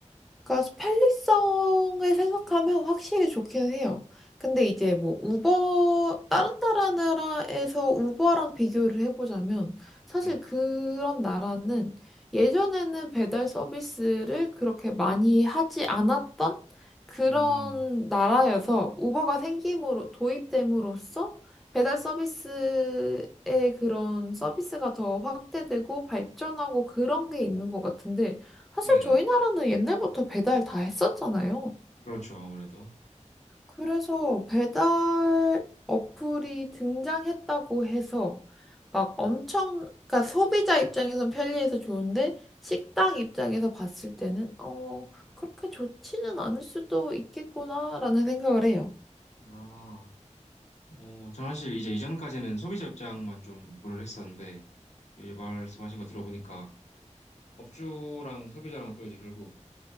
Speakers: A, in the centre; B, on the left.
A: 그러니까 편리성을 생각하면 확실히 좋기는 해요. 근데 이제 뭐 우버 다른 나라에서 우버랑 비교를 해보자면 사실
B: 네,
A: 그런 나라는 예전에는 배달 서비스를 그렇게 많이 하지 않았던 그런
B: 음,
A: 나라여서 우버가 생김으로 도입됨으로써 배달 서비스의 그런 서비스가 더 확대되고 발전하고 그런 게 있는 것 같은데 사실
B: 네,
A: 저희 나라는 옛날부터 배달 다 했었잖아요.
B: 그렇죠 아무래도
A: 그래서 배달 어플이 등장했다고 해서 막 엄청, 그러니까 소비자 입장에선 편리해서 좋은데 식당 입장에서 봤을 때는 어,
B: 음.
A: 그렇게 좋지는 않을 수도 있겠구나라는 생각을 해요.
B: 아, 어, 저는 사실 이제 이전까지는 소비자 입장만 좀 고려를 했었는데 이제 말씀하신 거 들어보니까 업주랑 소비자랑 또 이제 결국